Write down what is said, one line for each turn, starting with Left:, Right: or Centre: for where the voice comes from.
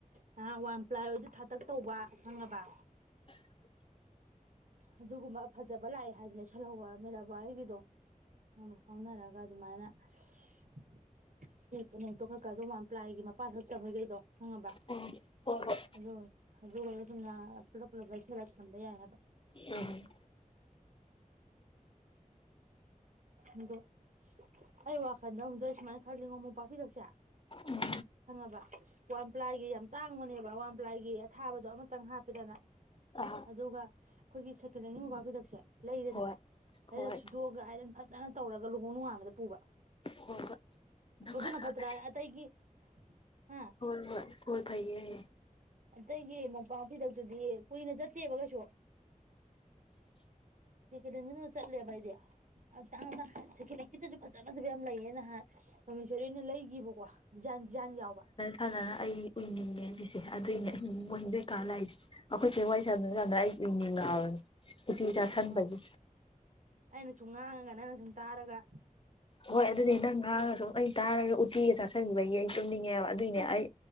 Right: ꯍꯥ ꯋꯥꯟ ꯄ꯭ꯂꯥꯏ ꯑꯣꯏꯁꯨ ꯊꯥꯇꯛ ꯇꯧꯕ ꯈꯪꯉꯕ
Left: <unintelligible>
Right: ꯑꯗꯨꯒꯨꯝꯕ ꯐꯖꯕ ꯂꯥꯛꯑꯦ ꯍꯥꯏꯗꯤ ꯂꯩꯁꯜꯍꯧꯕ ꯃꯤꯔꯥꯕꯥꯏ ꯍꯣꯏꯒꯤꯗꯣ ꯉꯝ ꯐꯥꯎꯅꯔꯒ ꯑꯗꯨꯃꯥꯏꯅ <unintelligible> ꯀꯗꯣ ꯋꯥꯟ ꯄ꯭ꯂꯥꯏꯒꯤ ꯃꯄꯥꯜ ꯍꯛꯇꯕꯩꯒꯩꯗꯣ ꯈꯪꯉꯕ꯭ꯔꯥ
Left: ꯎꯝ ꯍꯣꯏ ꯍꯣꯏ
Right: ꯑꯗꯨ ꯑꯗꯨꯒꯗꯣ ꯁꯨꯝꯅ ꯄꯨꯂꯞ ꯄꯨꯂꯞ ꯂꯩꯁꯜꯂꯒ ꯊꯝꯕ ꯌꯥꯏ ꯍꯥꯏꯕ
Left: ꯎꯝ
Right: ꯑꯗꯣ <unintelligible> ꯑꯩ ꯋꯥꯈꯜꯗ ꯑꯃꯨꯛ ꯑꯩ ꯁꯨꯃꯥꯏꯅ ꯈꯟꯂꯤꯉꯣ ꯃꯣꯟꯄꯥꯛꯐꯤꯗꯛꯁꯦ
Left: ꯎꯝ
Right: ꯈꯪꯉꯕ ꯋꯥꯟꯄ꯭ꯂꯥꯏꯒꯤ ꯌꯥꯝ ꯇꯥꯡꯕꯅꯦꯕ ꯋꯥꯟꯄ꯭ꯂꯥꯏꯒꯤ ꯑꯊꯥꯕꯗꯣ ꯑꯃꯇꯪ ꯍꯥꯞꯄꯦꯗꯅ
Left: ꯑꯥ
Right: ꯑꯗꯨꯒ ꯑꯩꯈꯣꯏꯒꯤ ꯁꯦꯀꯦꯟ ꯍꯦꯟꯒꯤ ꯃꯣꯟꯄꯥꯛ ꯐꯤꯗꯛꯁꯦ ꯂꯩꯔꯦꯗꯅ
Left: ꯍꯣꯏ ꯍꯣꯏ
Right: ꯂꯩꯔ ꯁꯨꯗꯣꯛꯑꯒ ꯑꯥꯏꯔꯟ ꯐꯖꯅ ꯇꯧꯔꯒ ꯂꯨꯍꯣꯡ ꯅꯨꯡꯉꯥꯟꯕꯗ ꯄꯨꯕ
Left: ꯍꯣꯏ ꯍꯣꯏ ꯅꯪ
Right: ꯑꯣꯗꯨꯅ
Left: ꯍꯜꯂꯛꯑꯁꯤ
Right: ꯐꯇ꯭ꯔꯥ ꯑꯇꯩꯒꯤ ꯍꯥ
Left: ꯍꯣꯏ ꯍꯣꯏ ꯍꯣꯏ ꯐꯩꯌꯦ
Right: ꯑꯇꯩꯒꯤ ꯃꯣꯟꯄꯥꯛ ꯐꯤꯗꯛꯇꯨꯗꯤ ꯀꯨꯏꯅ ꯆꯠꯇꯦꯕ ꯀꯩꯁꯨ
Left: <unintelligible>
Right: ꯍꯦꯀꯦꯂꯦꯟꯒꯤꯗꯨꯅ ꯆꯠꯂꯦꯕ ꯑꯩꯗꯤ ꯑꯗꯨ ꯑꯇꯥꯡ ꯇꯥꯡ ꯁꯦꯀꯦꯟ ꯂꯦꯟꯒꯤꯗꯁꯨ ꯐꯖ ꯐꯖꯕ ꯌꯥꯝ ꯂꯩꯌꯦ ꯅꯍꯥꯟ ꯄꯥꯃꯦꯁꯣꯔꯤꯍꯣꯏꯅ ꯂꯩꯒꯤꯕꯀꯣ ꯗꯤꯖꯥꯏꯟ ꯗꯤꯖꯥꯏꯟ ꯌꯥꯎꯕ
Left: ꯐꯖꯅ ꯑꯩ ꯎꯏꯅꯤꯡꯉꯦ ꯁꯤꯁꯦ ꯑꯗꯨꯏꯅꯦ ꯑꯩ ꯃꯣꯏ ꯅꯣꯏꯀꯥ ꯂꯥꯛꯏꯁꯦ ꯑꯩꯈꯣꯏꯆꯦ ꯋꯥꯔꯤ ꯁꯥꯟꯅꯔ ꯁꯥꯟꯅꯔ ꯑꯩ ꯎꯏꯅꯤꯡꯉꯛꯑꯕꯅꯤ ꯎꯇꯤ ꯆꯥꯁꯟꯕꯒꯤ
Right: ꯑꯁ ꯑꯩꯅ ꯁꯨꯝ ꯉꯥꯡꯉꯒ ꯅꯪꯅ ꯁꯨꯝ ꯇꯥꯔꯒ
Left: ꯍꯣꯏ ꯑꯗꯨꯅꯦ ꯅꯪ ꯉꯥꯡꯉꯒ ꯁꯨꯝ ꯑꯩ ꯇꯥꯔꯒ ꯎꯇꯤꯒ ꯆꯥꯥꯁꯟꯒꯤꯕꯒꯤ ꯑꯩ ꯇꯨꯝꯅꯤꯡꯉꯦꯕ ꯑꯗꯨꯏꯅꯦ ꯑꯩ